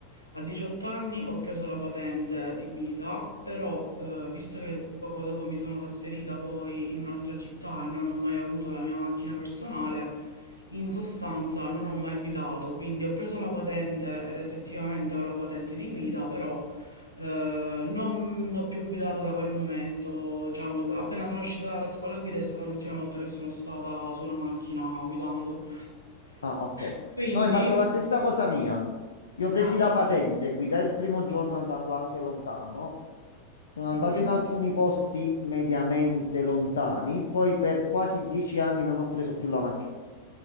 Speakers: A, on the left; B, on the left.
A: a 18 anni ho preso la patente di guida, però eh, visto che poco dopo mi sono trasferita poi in un'altra città e non ho mai avuto la mia macchina personale, in sostanza non ho mai guidato, quindi ho preso la patente ed effettivamente ho la patente di guida, però eh, non ho più guidato da quel momento, diciamo, d- appena sono uscita dalla scuola guida è stata l'ultima volta che sono stata su una macchina guidando.
B: Ah, ok.
A: <laughs> Quindi,
B: No, hai fatto la stessa cosa mia. Io ho presi
A: ah,
B: la
A: ok.
B: patente, guidai il primo giorno andando anche lontano. Sono andato
A: Mhm.
B: in alcuni posti mediamente lontani, poi per quasi dieci anni non ho preso più la macchina.